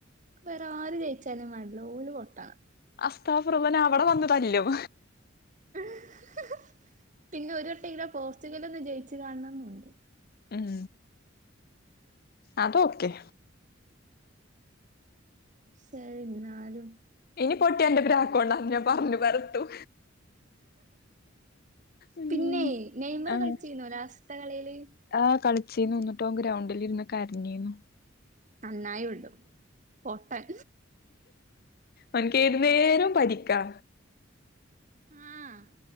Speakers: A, on the right (about 40°); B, on the left (about 50°).
A: വേറ ആര് ജയിച്ചാലും വേണ്ടില്ല ഓള് പൊട്ടണും
B: <unintelligible> അവിടെ വന്നു തല്ലും.
A: ഹ് ഹ് പിന്നെ ഒരു വട്ടം ഇങ്ങനെ പോർച്ചുഗല് ഒന്ന് ജയിച്ചു കാണണം ന്നുണ്ട്.
B: ഉം അത് ഓക്കേ.
A: ശേ എന്നാലും.
B: ഇനി പൊട്ടിയ എന്റെ പ്രാക്ക് കൊണ്ടാണെന്ന് ഞാൻ പറഞ്ഞു പരത്തും. ഉം
A: പിന്നെ നെയ്മറ്
B: ആഹ്
A: കളിച്ചിരുന്നോ ലാസ്റ്റ കളിയില്
B: ആഹ് കളിച്ചീന്നു ന്നട്ടോൻ ഗ്രൗണ്ടിൽ ഇരുന്ന് കരഞ്ഞിനു.
A: നന്നായി വിടും പൊട്ടൻ.
B: ഓന്ക്ക് ഏതുന്നേരും
A: എന്നാ
B: പരിക്കാ.
A: ആഹ്